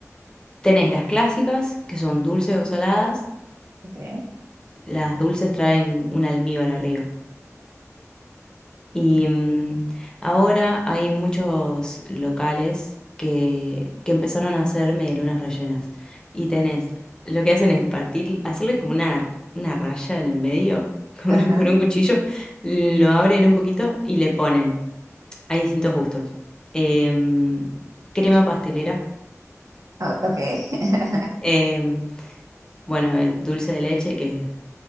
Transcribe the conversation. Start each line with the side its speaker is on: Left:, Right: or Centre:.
Left: tenés las clásicas, que son dulces o saladas.
Right: Ok,
Left: las dulces traen un almíbar arriba. Y mm, ahora hay muchos locales que, que empezaron a hacer medialunas rellenas. Y tenés, lo que hacen es partir, hacerles como una, una raya en el medio <laughs> con,
Right: ajá,
Left: con un cuchillo, lo abren un poquito y le ponen. Hay distintos gustos. Em, crema pastelera.
Right: ah, ok. <laughs>
Left: em, bueno, eh, dulce de leche, que es